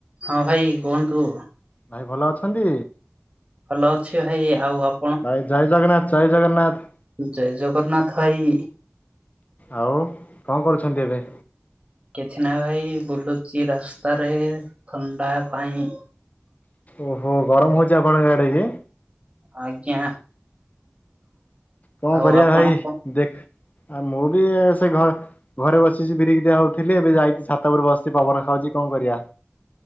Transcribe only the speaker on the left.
ଭାଇ ଭଲ ଅଛନ୍ତି।
ଭାଇ ଜୟ ଜଗନ୍ନାଥ ଜୟ ଜଗନ୍ନାଥ।
ଆଉ କଣ କରୁଛନ୍ତି ଏବେ?
ଓହୋ। ଗରମ ହଉଚି ଆପଣଙ୍କ ଆଡେ କି?
କଣ
କରିବା
ଭାଇ
ଦେଖ ଆ ମୁଁ ବି ସେ ଘ ଘରେ ବସିଛି ବିରିିକି ଡିଆ ହଉଥିଲି, ଏବେ ଯାଇଛିି ଛାତ ଉପରେ ବସିଛି ପବନ ଖାଉଛି କଣ କରିଆ?